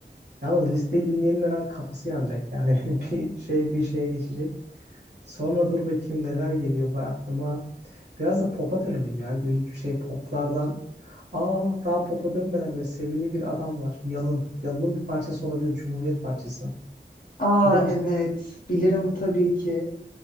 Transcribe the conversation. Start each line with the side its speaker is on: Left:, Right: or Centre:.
Right: Yalnız listeyi dinleyenin herhalde kafası yanacak. Yani <laughs> bir şey bir şeye geçecek. Sonra dur bakayım neler geliyor bu aklıma. Biraz da pop'a dönelim ya. Gün şey poplardan. Aa daha pop'a dönmeden böyle sevimli bir adam var. Yalın. Yalın'ın bir parçası olabilir. Cumhuriyet parçası.
Left: Aa
Right: Bilir misin?
Left: evet. Bilirim tabii ki.